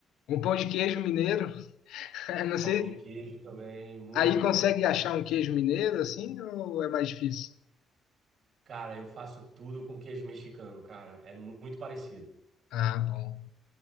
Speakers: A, on the left; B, on the right.
A: Um pão de queijo mineiro, <laughs> não sei.
B: Pão de queijo também, muito
A: Aí consegue
B: bom.
A: achar um queijo mineiro assim ou é mais difícil?
B: Cara, eu faço tudo com queijo mexicano, cara. É mu- muito parecido.
A: Ah, bom.